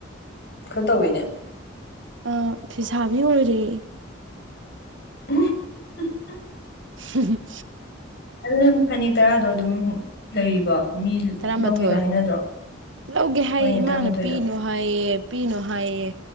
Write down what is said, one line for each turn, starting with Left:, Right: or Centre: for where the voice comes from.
Left: ꯈꯔ ꯇꯧꯋꯤꯅꯦ
Right: ꯑ ꯐꯤꯁꯥꯕꯤ ꯑꯣꯏꯔꯦ
Left: <unintelligible>
Right: ꯎꯝ
Left: ꯑꯗꯨꯝ ꯐꯅꯤꯛ ꯇꯔꯥꯗꯣ ꯑꯗꯨꯝ ꯂꯩꯔꯤꯕ ꯃꯤ
Right: ꯇꯔꯥꯃꯥꯊꯣꯏ
Left: ꯂꯧꯒꯦꯒ ꯍꯥꯏꯅꯗ꯭ꯔꯣ
Right: ꯂꯧꯒꯦ ꯍꯥꯏꯌꯦ
Left: ꯍꯣꯏꯅꯦ
Right: ꯏꯃꯥꯅ
Left: ꯇꯔꯥꯃꯥꯊꯣꯏꯗ
Right: ꯄꯤꯅꯨ ꯍꯥꯏꯌꯦ ꯄꯤꯅꯨ ꯍꯥꯏꯌꯦ